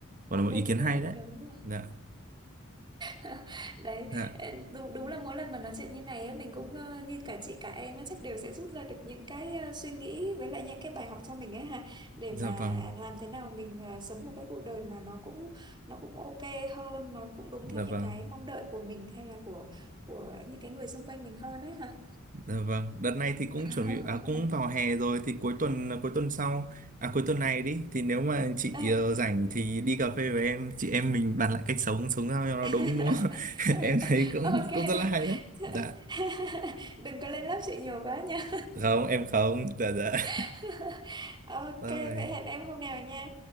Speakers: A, on the right (about 40°); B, on the right (about 20°).
A: gọi là một
B: đúng
A: ý kiến
B: rồi
A: hay đấy
B: đúng rồi
A: dạ
B: <laughs> đấy
A: dạ
B: ờ, đúng, đúng là mỗi lần mà nói chuyện như này á, mình cũng ờ, như cả chị cả em á, chắc đều sẽ rút ra được những cái ờ, suy nghĩ với lại những cái bài học cho mình ấy ha để
A: dạ
B: mà
A: vâng
B: làm thế nào mình ờ, sống một cái cuộc đời mà nó cũng nó cũng ok hơn nó cũng đúng
A: dạ
B: theo những
A: vâng
B: cái mong đợi của mình hay là của của những cái người xung quanh mình hơn ấy ha
A: Dạ vâng, đợt này thì cũng
B: <laughs>
A: chuẩn bị à, cũng vào hè rồi thì cuối tuần à, cuối tuần sau à cuối tuần này đi thì nếu mà chị
B: À.
A: ờ, rảnh thì đi cà phê với em, chị em mình bàn lại cách sống sống sao cho nó
B: <laughs>
A: đúng đúng không? <laughs> Em thấy cũng
B: ok
A: cũng rất là hay đấy. Dạ.
B: <laughs> đừng có lên lớp chị nhiều quá nha
A: Không, em không. Dạ dạ.
B: <laughs> ok
A: <laughs> Rồi.
B: vậy hẹn em hôm nào nha